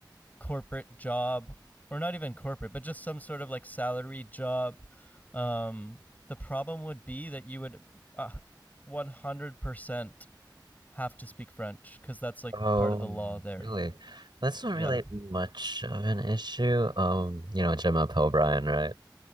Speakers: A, on the left; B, on the right.
A: corporate job, or not even corporate, but just some sort of like salary job, um, the problem would be that you would uh, 100% have to speak French because that's like
B: Oh,
A: part of the law there.
B: really? That's not
A: Yeah.
B: really much of an issue. Um, you know, Gemma Pelbryan, right?